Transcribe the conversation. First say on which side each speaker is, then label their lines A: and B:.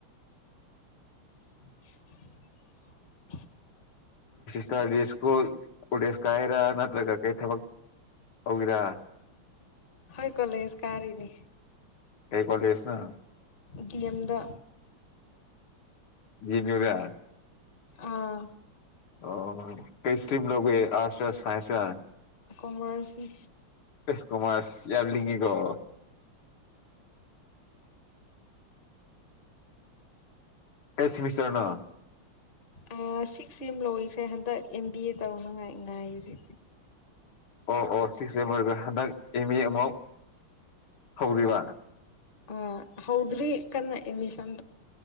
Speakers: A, on the left; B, on the left.
A: <inaudible>
B: ꯀꯔꯤ ꯁ꯭ꯀꯨꯜ ꯀꯣꯂꯦꯁ ꯀꯥꯏꯔ ꯅꯠꯇ꯭ꯔꯒ ꯀꯩ ꯊꯕꯛ ꯇꯧꯒꯦꯔꯥ
A: ꯍꯣꯏ ꯀꯣꯂꯦꯖ ꯀꯥꯔꯤꯅꯦ
B: ꯀꯩ ꯀꯣꯂꯦꯖ ꯅꯣ
A: ꯗꯤ ꯑꯦꯝꯗ
B: ꯗꯤ ꯑꯦꯝ ꯌꯨ ꯗ
A: ꯑꯥ
B: ꯑꯣ ꯀꯩ ꯏꯁꯇ꯭ꯔꯤꯝ ꯂꯧꯒꯦ ꯑꯥꯔꯠꯁ ꯔ ꯁꯥꯏꯟꯁ ꯔ
A: ꯀꯣꯃ꯭ꯔꯁ ꯅꯤ
B: ꯏꯁ ꯀꯣꯃ꯭ꯔꯁ ꯌꯥꯝ ꯂꯤꯡꯉꯤꯀꯣ ꯀꯩ ꯁꯦꯃꯤꯁꯇ꯭ꯔꯅꯣ
A: ꯑꯥ ꯁꯤꯛꯁ ꯇꯤꯝ ꯂꯣꯏꯈ꯭ꯔꯦ ꯍꯟꯗꯛ ꯑꯦꯝ ꯕꯤ ꯑꯦ ꯇꯧꯅꯉꯥꯏ ꯉꯥꯏꯔꯤ
B: ꯑꯣ ꯑꯣ ꯁꯤꯛꯁ ꯁꯦꯝ ꯂꯣꯏꯒ꯭ꯔꯦ ꯍꯟꯗꯛ ꯑꯦꯝ ꯃꯦ ꯑꯃꯨꯛ ꯍꯧꯔꯤꯕ
A: ꯑꯝ ꯍꯧꯗ꯭ꯔꯤ ꯀꯟꯅ ꯑꯦꯠꯃꯤꯁꯟ